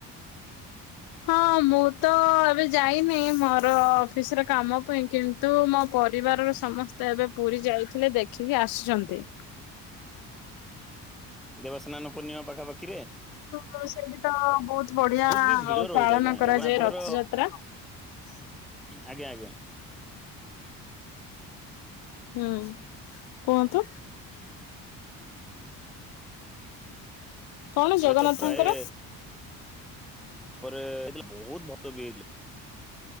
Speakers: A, on the left; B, in the centre.
A: ହଁ ମୁଁ ତ ଏବେ ଯାଇନି ମୋର ଅଫିସ ର କାମ ପାଇଁ କେମତି କିନ୍ତୁ ମୋ ପରିବାରର ସମସ୍ତେ ଏବେ ପୁରୀ ଯାଇଥିଲେ ଦେଖିକି ଆସିଛନ୍ତି।
B: ଦେବସ୍ନାନ ପୂର୍ଣ୍ଣିମା ପାଖାପାଖିରେ।
A: ହ ସେଠି ତ ବହୁତ ବଢିଆ
B: ବି ଭିଡ ରହୁଛି
A: ପାଳନ
B: ଆଜ୍ଞା
A: କରାଯାଏ
B: ଜଗନ୍ନାଥଙ୍କର
A: ରଥଯାତ୍ରା। ହ!
B: ଆଜ୍ଞା ଆଜ୍ଞା।
A: ହୁଁ କୁହନ୍ତୁ। କଣ ଜଗନ୍ନାଥଙ୍କର?
B: ଏବେ ତ ପ୍ରାୟ ତାପରେ ଏ ବହୁତ ଭତ ବି ହେଲେ